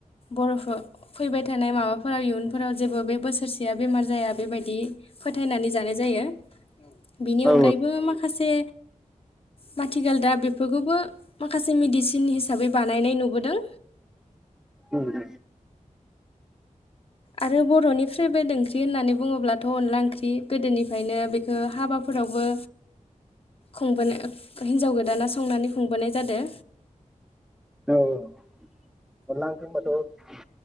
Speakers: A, on the left; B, in the centre.
A: बर'फो फैबाय थानाय माबाफोराव इयुनफोराव जेबो बे बोसोरसेया बेमार जाया बेबायदि फोथायनानै जानाय जायो बिनि
B: औ
A: अनगायैबो माखासे माथिखाल दा बेफोगोबो माखासे मेडिसिन हिसाबै बानायनाय नुबोदों।
B: उम-उम।
A: आरो बर'नि फ्रेबेद ओंख्रि होननानै बुङोब्लाथ' अनला ओंख्रि गोदोनिफायनो बेखो हाबाफोरावबो खुंबोनो हिनजाव गोदाना संनानै खुंबोनाय जादो।
B: औ अनला ओंख्रि होनबाथ'